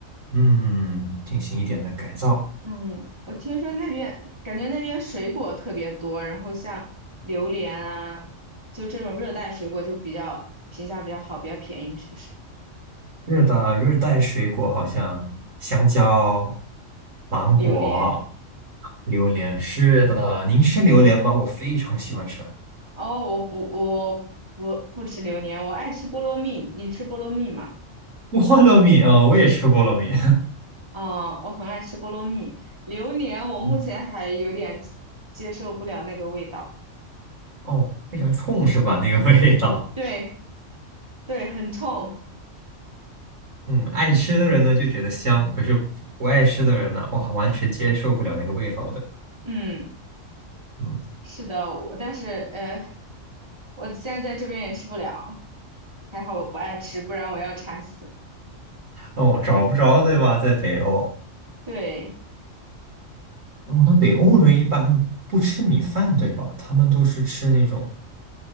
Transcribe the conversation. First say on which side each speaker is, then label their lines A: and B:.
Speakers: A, on the right; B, on the right.
A: 嗯，进行一点的改造。
B: 嗯，我听说那边感觉那边水果特别多，然后像榴莲啊，就这种热带水果就比较品相比较好，比较便宜，是不是？
A: 是的，热带水果好像香蕉、芒果、
B: 榴莲，
A: 榴莲。是的，您吃榴莲吗？我非常喜欢吃
B: 哦，我不，我不不吃榴莲，我爱吃菠萝蜜，你吃菠萝蜜吗？
A: 菠萝蜜啊，我也吃菠萝蜜。
B: 啊、我很爱吃菠萝蜜，榴莲我目前还有点
A: <laughs>
B: 接受不了那个味道，
A: 哦，非常冲是吧？那个味道。
B: 对对，很冲，
A: 嗯，爱吃的人呢就觉得香，可是不爱吃的人呢，哇，完全接受不了那个味道，的。
B: 嗯，
A: 嗯，
B: 是的，我但是呃。我现在在这边也吃不了，还好我不爱吃，不然我要馋死。
A: 哦，找不着，对吧？在北欧，
B: 对，
A: 哦，那北欧人一般不吃米饭，对吧？他们都是吃那种